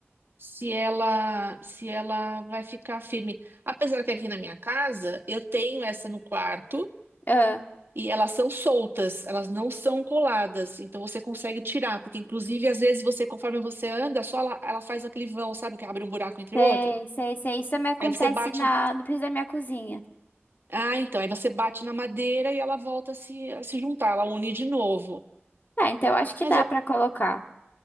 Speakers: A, on the right; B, on the left.
A: se ela, se ela vai ficar firme. Apesar que aqui na minha casa, eu tenho essa no quarto
B: Ah,
A: E elas são soltas, elas não são coladas, então você consegue tirar, porque inclusive às vezes você, conforme você anda, só ela, ela faz aquele vão, sabe, que abre um buraco entre
B: sei,
A: o outro.
B: sei, sei. Isso também acontece
A: Aí você bate,
B: na, no piso da minha cozinha.
A: ah, então, aí você bate na madeira e ela volta a se, a se juntar, ela une de novo.
B: Ah, então eu acho que
A: Mas
B: dá
A: eu-
B: pra colocar.